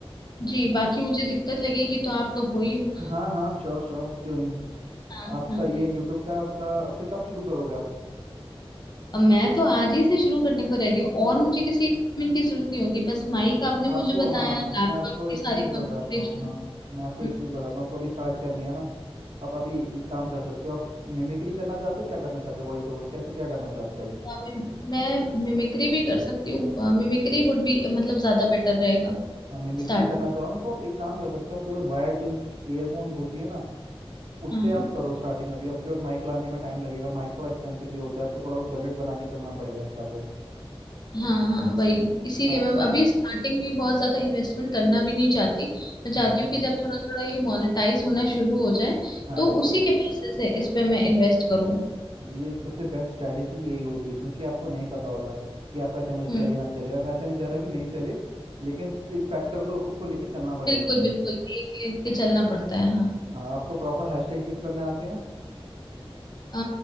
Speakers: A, on the left (about 45°); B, on the right (about 70°).
A: जी बाकी मुझे दिक्कत लगेगी तो आप तो हो ही हो
B: हाँ हाँ श्योर श्योर क्यों नहीं
A: हाँ
B: आपका
A: हाँ
B: ये यूट्यूब का आपका फिर कब शुरू करोगे आप
A: अब मैं तो आज ही से शुरू करने को रेडी हूँ
B: तो
A: और मुझे किसी इक्विपमेंट की जरूरत नहीं होगी बस माइक आपने
B: आपको
A: मुझे बताया
B: हाँ
A: लैपटॉप
B: मैं आपको एक
A: की सारी
B: चीज़
A: कॉन्फ़िगरेशन
B: बताता हूँ हाँ मैं आपको
A: हम्म
B: एक चीज़ बताता हूँ आपको अभी स्टार्ट करनी है ना आप अभी एक काम कर सकते हो आप मिमिक्री करना चाहते हो क्या करना चाहते हो वॉइस ओवर कैसे क्या करना चाहते हो अभी
A: हम्म। मैं मिमिक्री भी कर सकती हूँ मिमिक्री वुड भी मतलब ज्यादा बेटर रहेगा
B: हाँ मिमिक्री
A: स्टार्ट
B: करना चाहो ना तो आप एक काम कर सकते हो आपके पास वायर्ड कोई ईयरफोन्स होती है ना उससे
A: में
B: आप करो स्टार्टिंग अभी आपके पास माइक लाने में टाइम लगेगा माइक थोड़ा एक्सपेंसिव भी होता है आपको थोड़ा बहुत बजट बना के चलना पड़ेगा इसका तो
A: हाँ हाँ वही इसीलिए
B: हाँ
A: मैं अभी स्टार्टिंग में बहुत ज्यादा इन्वेस्टमेंट करना भी नहीं चाहती मैं चाहती
B: हाँ
A: हूँ कि जब थोड़ा थोड़ा ये मोनेटाइज होना शुरू हो जाए
B: हाँ
A: तो उसी के पैसे से इस पे मैं इन्वेस्ट करूँ
B: ये सबसे बेस्ट स्ट्रैटेजी भी यही होती है क्योंकि आपको नहीं पता होता कि आपका चैनल
A: हम्म
B: चले ना चले अब ऐसा नहीं जा रहा कि नहीं चले लेकिन एक फैक्टर तो उसको लेके चलना पड़ेगा
A: बिल्कुल
B: हमें
A: बिल्कुल एक लेके के चलना पड़ता है हाँ
B: हाँ आपको प्रॉपर हैशटैग यूज़ करने आते हैं
A: आ,